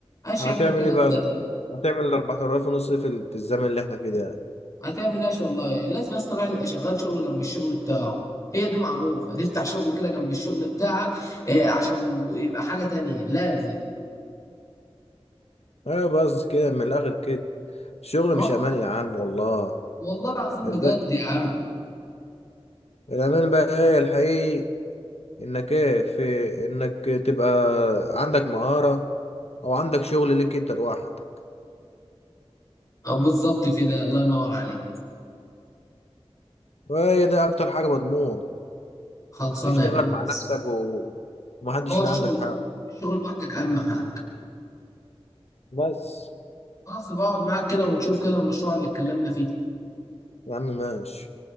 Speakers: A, on the left; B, on the left.
A: ايش
B: هتعمل
A: يا عم الكلام
B: ايه بقى
A: ده
B: هتعمل ال 4000 ونص إيه في ال- في الزمن اللي احنا فيه ده
A: هتعمل ايش والله لازم اصلا الواحد يبقى شغال شغل جنب الشغل بتاعه هي دي معروفه تفتح شغل كده جنب الشغل بتاعك إيه عشان يبقى حاجه تانية لازم
B: ايوه بس كده من الاخر كده الشغل
A: اه
B: مش امان يا عم والله
A: والله العظيم
B: الب...
A: بجد يا عم
B: الامان بقى ايه الحقيقي انك ايه في انك تبقى عندك مهارة او عندك شغل ليك انت لوحدك
A: اه بالظبط كده الله ينور عليك
B: وهي ده اكتر حاجة مضمون
A: خلصانه
B: تشتغل
A: يا بنت
B: مع نفسك و... ومحدش
A: هو
B: اللي
A: الشغل
B: عندك حق
A: الشغل لوحدك اهم حاجه
B: بس
A: خلاص بقعد معاك كده ونشوف كده المشروع اللي اتكلمنا فيه
B: يا عم ماشي